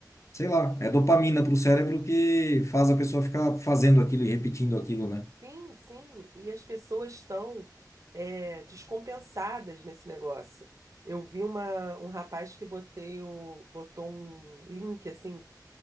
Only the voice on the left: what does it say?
sei lá, é dopamina pro cérebro que faz a pessoa ficar fazendo aquilo e repetindo aquilo, né?